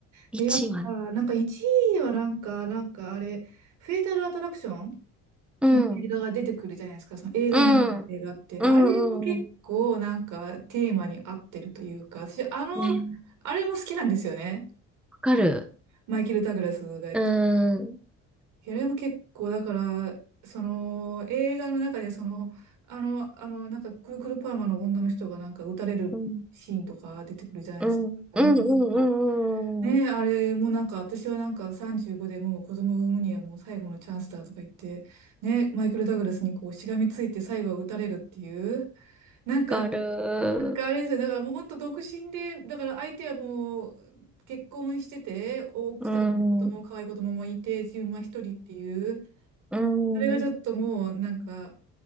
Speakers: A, in the centre; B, on the right.
A: 一はね。
B: で、やっぱ、なんか1位はなんか、なんかあれ、フェイタルアトラクション
A: うん。
B: の映画が出てくるじゃないですか、その映画の中の映画って。
A: うん。うん。
B: あれも結構なんかテーマに合ってるというか、
A: うん。
B: 私、あの、
A: ね。
B: あれも好きなんですよね。
A: わかる。
B: マイケル・ダグラスがやって
A: うーん。
B: いや、でも結構、だから、その、映画の中で、その、あの、あの、なんか、くるくるパーマの女の人が、なんか、撃たれるシーンとか出てくるじゃないですか。
A: うん。うん。うん。
B: あれも、
A: うん。
B: なんか、
A: うんうんわ
B: ねえ、あれもなんか、私はなんか、35でもう子供を産むにはもう最後のチャンスだとか言って、ねマイケル・ダグラスにこう、しがみついて最後は撃たれるっていう、なんか、
A: かる。
B: なんかあれですよ、だからもう本当独身で、だから相手はもう、結婚してて、奥さんも子供、
A: うん。
B: 可愛い子供もいて、自分は一人っていう、
A: うん。
B: それがちょっともうなんか、